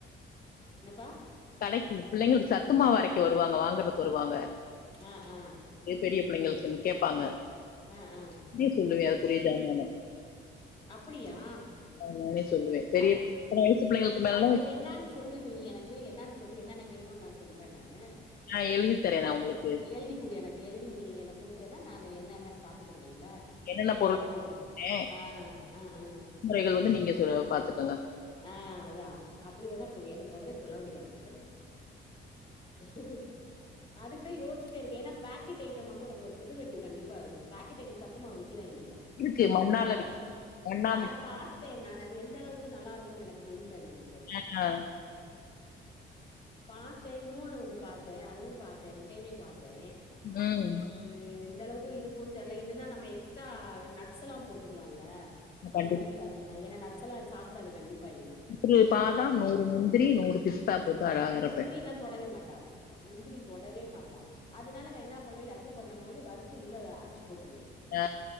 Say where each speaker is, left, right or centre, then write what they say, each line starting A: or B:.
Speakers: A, on the left (about 25°); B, on the left (about 50°).
A: என்னப்பா
B: கடக்கி புள்ளைங்களுக்கு சத்துமாவு அரைக்க வருவாங்க வாங்குறதுக்கு வருவாங்க
A: ஆ ஆ
B: பெ பெரிய புள்ளைங்களுக்குன்னு கேப்பாங்க அப்டியே
A: ஆ ஆ
B: சொல்லுவே அதுக்குரிய ஜாமான
A: அப்படியா
B: ஆ நானே சொல்லுவே பெரிய
A: அ
B: இத்தன வயசு பிள்ளைங்களுக்கு மேலனா
A: அப்ப என்னான்னு சொல்லு நீ எனக்கு என்னன்னு சொல்லி என்னன்ன வேணும்ன் சொல்றே‌ நானு
B: ஆ எழுதி தரே நா உங்களுக்கு
A: எழுதி குடு எனக்கு எழுதி நீ எனக்கு குடுத்தேன்னா நானு என்ன என்னன் பாத்துக்குடுவேன்ல
B: என்னென்ன
A: என்ன
B: பொருள்
A: போட
B: ஏ
A: ஆ அ அ
B: முறைகள் வந்து நீங்க சொ பாத்துக்கங்க
A: ஆ அதா அது அப்படி வேணா சொல்லி அத மொதலே சொல்ல வேண்டியதான புள்ள அத அதுக்கு தா யோஸ் ச்சிட்டே இருக்கே ஏனா பேக்கட் ஐட்டம் வந்து உனக்கு பிரசர்வேட்டிவ் கண்டிப்பா இருக்கு பாக்கெட் ஐட்டம் சத்துமாவு விக்குதா இங்க
B: இருக்கு மண்ணால
A: பார்த்த
B: விக்குது மண்ணா
A: அ
B: மிக்ஸி
A: பார்த்தே நானு அது எந்த அளவுக்கு நல்லா இருக்குன்னு எனக்கு தெரியலண எனக்கு
B: ஆ
A: பாத்தே இன்னொன்னு ஒண்ணு பாத்தே அதுவு பாத்தே ரெண்டையுமே பாத்தே
B: ம்
A: அது எந்த அளவுக்கு இருக்குன் தெர்ல இதுன்னா நம்ம எக்ஸ்ட்ரா நட்ஸ்ல்லா போட்டுக்கலால நம்ம
B: கண்டிப்
A: வீட்ல அரச்சோனா ஏனா நட்ஸ்செல்லா சாப்படாது கண்டிப்பா இது
B: ஒரு பாதாம் நூறு முந்திரி நூறு பிஸ்தா போட்டு‌ அர அர
A: முந்திரி எல்லா தொடவே மாட்டா முந்திரி தொடவே மாட்டா அதனால நா என்ன பண்ணுவே லட்டு பண்ணும் போது வறுத்து உள்ள அரச்சு போட்ருவே
B: அ